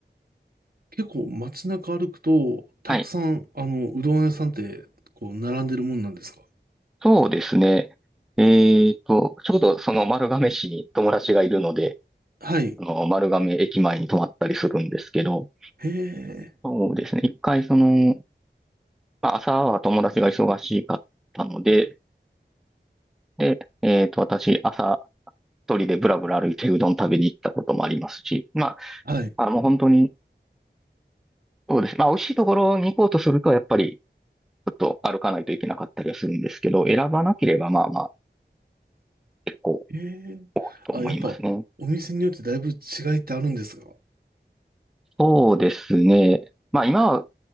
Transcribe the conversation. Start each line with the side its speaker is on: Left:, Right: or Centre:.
Right: 結構街中歩くと、たくさん、
Centre: はい。
Right: あの、うどん屋さんって、こう、並んでるもんなんですか
Centre: そうですね。えっと、ちょうどその丸亀市に友達がいるので、
Right: はい。
Centre: あの、丸亀駅前に泊まったりするんですけど、
Right: へえ。
Centre: そうですね。一回その、まあ、朝は友達が忙しかったので、で、えっと、私、朝、一人でブラブラ歩いてうどん食べに行ったこともありますし、ま
Right: はい。
Centre: あ、あの、本当に、そうです。まあ、美味しいところに行こうとすると、やっぱり、ちょっと歩かないといけなかったりはするんですけど、選ばなければ、まあまあ、結構、
Right: へえ。
Centre: と思いますね。
Right: あ、やっぱ、お店によってだいぶ違いってあるんですが。
Centre: そうですね。まあ、今は、